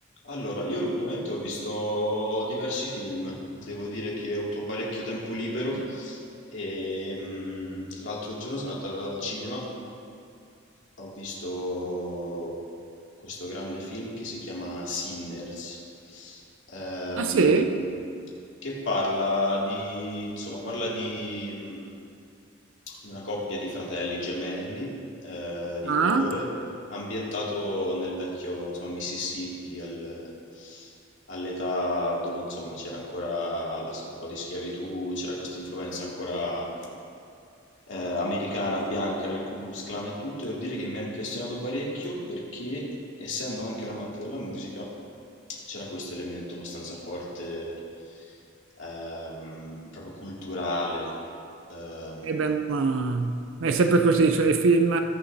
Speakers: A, on the left; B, on the right.
A: Allora, io ultimamente ho visto diversi film, devo dire che ho avuto parecchio tempo libero e mm, l'altro giorno sono andato al cinema ho visto questo grande film che si chiama Sinners, ehm,
B: Ah sì?
A: che parla di, insomma, parla di mm, una coppia di fratelli gemelli eh, di
B: Ah?
A: colore, ambientato nel vecchio, insomma, Mississippi, al- all'età dove, insomma, c'era ancora la- un po' di schiavitù, c'era questa influenza ancora eh, americana, bianca, del Ku Klux Klan e tutto, e devo dire che mi ha impressionato parecchio perché, essendo anche un amante della musica, c'era questo elemento abbastanza forte, ehm, proprio culturale. Ehm,
B: E beh, ma... ma è sempre così, cioè i film